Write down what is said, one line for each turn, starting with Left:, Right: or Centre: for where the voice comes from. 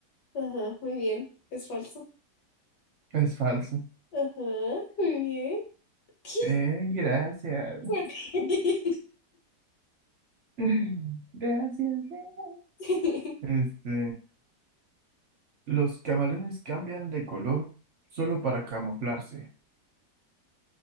Left: Ajá, muy bien. Es falso.
Right: Es falso.
Left: Ajá, muy bien. ¿Qué?
Right: Eh, gracias.
Left: ¿Por qué?
Right: <laughs> Gracias. eh.
Left: <laughs>
Right: Este, los camaleones cambian de color solo para camuflarse.